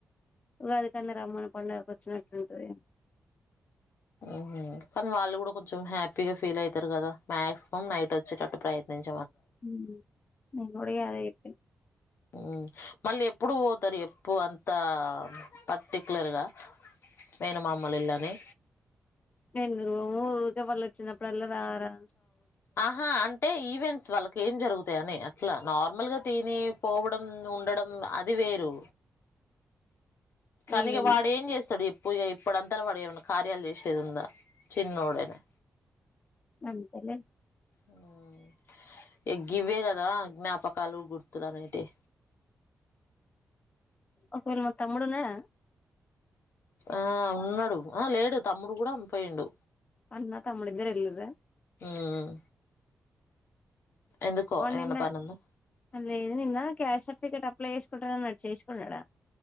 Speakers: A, on the left (about 35°); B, on the left (about 70°).
A: ఉగాది కన్న రమ్మను పండగకొచ్చినట్టుంటది.
B: ఉమ్ హు కనీ వాళ్ళు గుడా కొంచెం హ్యాపీగా ఫీల్ అయితరు గదా మాక్సిమం నైట్ వచ్చేటట్టు ప్రయత్నించ్
A: ఉమ్ నెంగుడిగ అదే చెప్ పిన
B: ఉమ్ మళ్ళీ ఎప్పుడు పోతరు చెప్పు అంతా పర్టికులర్ గా మేనమామల ఇల్ళని?
A: నేనుబోను ఊకె వాల్లోచ్చినప్పుడల్లా రావారా?
B: ఆహా అంటే ఈవెంట్స్ వాళ్ళకు ఏం జరుగుతయని అట్లా, నార్మల్గా తిని పోవడం ఉండడం అది వేరు కనీగ
A: ఈవెన్
B: వాడేం చేస్తడు చెప్ ప్పుఇగ ఇప్పుడంతల వాడు ఏమన్న కార్యాలు చేసేది ఉందా? చిన్నోడేనాయే
A: అంతెలే
B: ఉమ్ ఇగ గివ్వేగదా జ్ఞాపకాలు, గుర్తులు అనేటివి
A: ఒకవేళ మా తమ్ముడున్నడా?
B: ఆ ఉన్నాడు ఆ లేడు తమ్ముడు గుడా పోయిండు.
A: అన్నా తమ్ముడు ఇద్దరెల్లింరా?
B: ఉమ్ ఎందుకో
A: న్న
B: ఏమన్నా పనుందా
A: అ నిన్న క్యాస్ట్ సర్టిఫికేట్ అ అప్లై చేసుకుంటా అన్నాడు చేేసుకున్నాడా